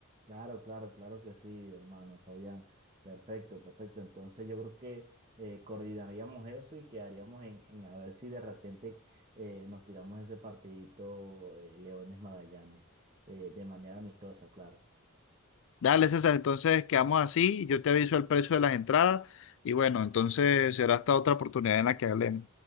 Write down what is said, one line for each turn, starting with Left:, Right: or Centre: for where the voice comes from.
Right: Claro, claro, claro que sí, hermano Fabián. Perfecto, perfecto. Entonces yo creo que eh, coordinaríamos eso y quedaríamos en, en a ver si de repente eh, nos tiramos ese partidito eh, Leones Magallanes eh, de manera amistosa, claro.
Left: Dale, César, entonces quedamos así, yo te aviso el precio de las entradas y bueno, entonces será hasta otra oportunidad en la que hablemos.